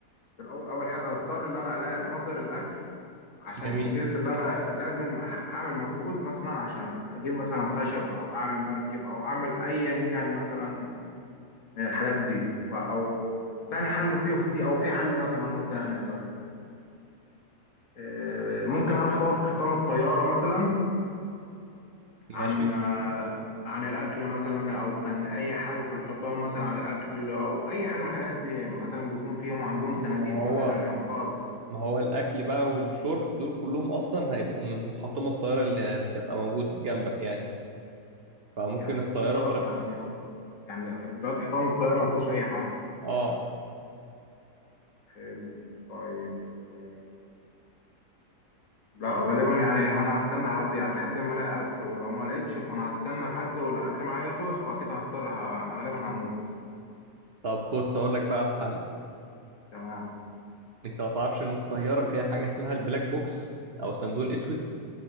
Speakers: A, on the left; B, on the right.
A: في الاول اول حاجه هضطر ان انا الاقي مصدر الاكل عشان
B: جميل
A: انجز اللي انا لازم اعمل مجهود مثلا عشان اجيب مثلا خشب او اعمل مركب او اعمل ايا كان مثلا من الحاجات دي فا او تاني حل فيه في او في حل مثلا هو تاني طيب آه، ممكن اروح ادور في حطام الطياره مثلا
B: ماشي
A: عن آه، عن الاكل مثلا او كان اي حاجه في الحطام مثلا عن الاكل او اي حاجه من الحاجات دي مثلا بيكون فيهم عندهم صناديق
B: ما هو
A: مثلا للانقاذ
B: ما هو الاكل بقى والشرب دول كلهم اصلا هيبقوا من محطمه الطياره اللي هتبقى موجود جنبك يعني فممكن
A: يعني
B: الطياره
A: هي دي خلاص
B: مش ه-
A: يعني هو يعني دلوقتي حطام الطياره ما فيهوش اي حاجه
B: اه
A: حلو. طيب آه، لا غالبا يعني انا هستنى هبدي يعني لحد ما الاقي اكل ولو ما لقيتش فانا هستنى لحد والاكل معايا يخلص فكده هضطر ه- انا غالبا هموت
B: طب بص اقول لك بقى الحل
A: تمام
B: انت ما تعرفش ان الطياره فيها حاجه اسمها البلاك بوكس او الصندوق الاسود